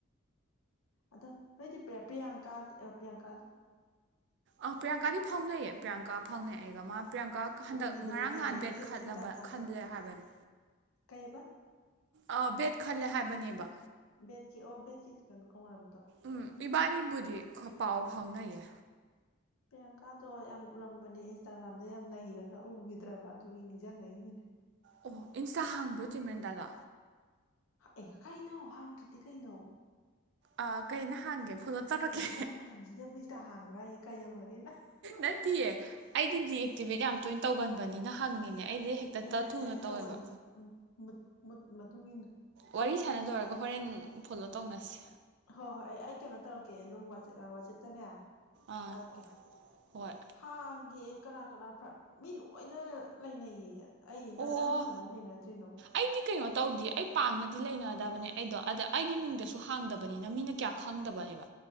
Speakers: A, on the left; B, on the right.
A: ꯑꯗꯣ ꯅꯣꯏꯗꯤ ꯄ ꯄ꯭ꯔꯤꯌꯥꯡꯀꯥ ꯄ꯭ꯔꯤꯌꯥꯡꯀꯥ
B: ꯑꯥ ꯄ꯭ꯔꯤꯌꯥꯡꯀꯥꯗꯤ ꯐꯥꯎꯅꯩꯌꯦ ꯄ꯭ꯔꯤꯌꯥꯡꯀꯥ ꯐꯥꯎꯅꯩ ꯑꯩꯒ ꯃꯥ ꯄ꯭ꯔꯤꯌꯥꯡꯀꯥ ꯍꯟꯗꯛ
A: ꯎꯈꯤꯗ꯭ꯔꯦꯅꯦ
B: ꯉꯔꯥꯡ ꯅꯍꯥꯟ ꯕꯦꯗ ꯈꯜꯂꯕ
A: ꯏꯟꯁꯇꯥꯒ꯭ꯔꯥꯝꯗ
B: ꯈꯜꯂꯦ ꯍꯥꯏꯕꯅꯤ
A: ꯀꯩꯕ
B: ꯑ ꯕꯦꯠ ꯈꯜꯂꯦ ꯍꯥꯏꯕꯅꯦꯕ
A: ꯕꯦꯠ ꯀꯤ ꯑꯣ ꯕꯦꯠ ꯀꯤ ꯀꯩꯅꯣ ꯀꯧꯅꯕꯗꯣ
B: ꯎꯝ ꯏꯕꯥꯅꯤꯕꯨꯗꯤ ꯄꯥꯎ ꯐꯥꯎꯅꯩꯌꯦ
A: ꯄ꯭ꯔꯤꯌꯥꯡꯀꯥꯗꯣ ꯌꯥꯝ ꯎꯔꯝꯕꯅꯦ ꯏꯟꯁꯇꯥꯒ꯭ꯔꯥꯝꯗ ꯌꯥꯝ ꯅꯩꯔꯒ ꯎꯈꯤꯗ꯭ꯔꯕ ꯑꯗꯨꯒꯤ ꯅꯤꯡꯖꯪꯉꯛꯏꯅꯤꯅꯦ
B: ꯑꯣ ꯏꯟꯁꯇꯥ ꯍꯥꯡꯕ꯭ꯔꯣ ꯆꯨꯃꯦꯟꯗꯥꯗꯣ
A: ꯑꯦ ꯀꯩꯅꯣ ꯍꯥꯡꯗ꯭ꯔꯗꯤ ꯀꯩꯅꯣ
B: ꯑ ꯀꯩꯩ ꯍꯥꯏꯅ ꯍꯥꯡꯒꯦ ꯐꯣꯂꯣ ꯇꯧꯔꯛꯀꯦ
A: ꯍꯧꯖꯤꯛꯀꯥꯟ ꯃꯇꯝꯁꯤꯗꯕꯨ ꯏꯟꯁꯇꯥ ꯍꯥꯡꯕ꯭ꯔꯥ ꯍꯥꯏꯁꯦ ꯀꯩꯗꯧꯔꯒꯦ ꯅꯪ
B: ꯅꯠꯇꯤꯌꯦ ꯗꯤꯑꯛꯇꯤꯚꯦꯠ ꯌꯥꯝ ꯇꯣꯏꯅ ꯇꯧꯒꯟꯕꯅꯤꯅ ꯍꯪꯉꯤꯅꯦ ꯑꯩꯗꯤ ꯍꯦꯛꯇ
A: ꯑꯦ
B: ꯊꯨꯅ
A: ꯑꯩꯁꯨ
B: ꯇꯧꯋꯦꯕ
A: ꯇꯧꯒꯜꯂꯤ ꯎꯝ ꯃꯨꯠ ꯃꯨꯠꯀꯤ ꯃꯇꯨꯡ ꯏꯟꯅ
B: ꯋꯥꯔꯤ ꯁꯥꯟꯅ ꯂꯣꯏꯔꯒ ꯍꯣꯔꯦꯟ ꯐꯣꯂꯣ ꯇꯧꯅꯁꯤ
A: ꯍꯣ ꯍꯣꯏ ꯑ ꯑꯩ ꯀꯩꯅꯣ ꯇꯧꯔꯛꯀꯦ ꯑꯗꯨꯝ ꯋꯥꯆꯦꯞꯇꯅꯦ
B: ꯑꯥ
A: ꯇꯔꯀꯦ
B: ꯍꯣꯏ
A: ꯈꯥꯡꯒꯦꯑꯦ ꯀꯅꯥ ꯀꯅꯥ ꯐꯔ꯭ ꯃꯤ ꯂꯣꯏꯅ ꯂꯩꯅꯩꯌꯦ ꯑꯩ
B: ꯑꯣ
A: ꯅꯪꯅ ꯀꯃꯥꯏꯅ ꯂꯩꯅꯗ꯭ꯔꯤꯅꯣ
B: ꯑꯩꯗꯤ ꯀꯩꯅꯣ ꯇꯧꯗꯦ ꯑꯩ ꯄꯥꯡꯅꯗꯤ ꯂꯩꯅꯗꯕꯅꯦ ꯑꯩꯗꯣ ꯑꯗ ꯑꯩꯒꯤ ꯃꯤꯡꯗꯁꯨ ꯍꯥꯡꯗꯕꯅꯤꯅ ꯃꯤꯅ ꯀꯌꯥ ꯈꯪꯗꯕꯅꯦꯕ